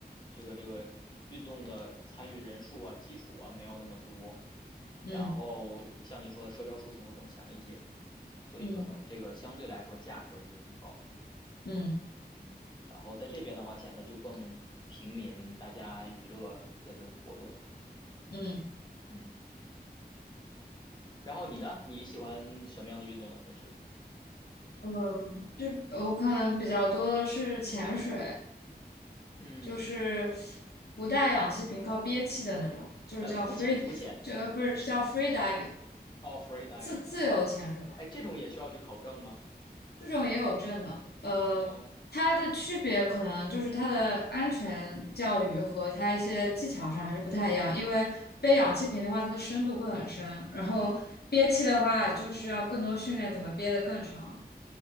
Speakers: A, on the left; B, on the left.
A: 这个这个运动的参与人数啊、基础啊没有那么多，
B: 嗯
A: 然后像你说的社交属性会更强一些，所以可能这个相对来说价格就会更高。
B: 嗯嗯
A: 嗯，然后在这边的话显得就更平民，大家娱乐的这种活动。
B: 嗯
A: 嗯，然后你呢？你喜欢什么样的运动呢？平时？
B: 嗯，这我可能比较多的是潜水，
A: 嗯，
B: 就是不带氧气瓶，靠憋气的那种，就是叫
A: 呃，浮潜，
B: free，
A: 浮潜，
B: 就呃不是叫 free diving，
A: 哦，freediving，
B: 自自由潜水吧，
A: 哎，
B: 应该。
A: 这种也需要去考证吗？
B: 这种也有证的，呃，
A: 嗯。
B: 它的区别可能就是它的安全教育和它一些技巧上还是不太一样，因为背氧气瓶的话，它的深度会很深，然后憋气的话，
A: 嗯，
B: 就是要更多训练怎么憋得更长。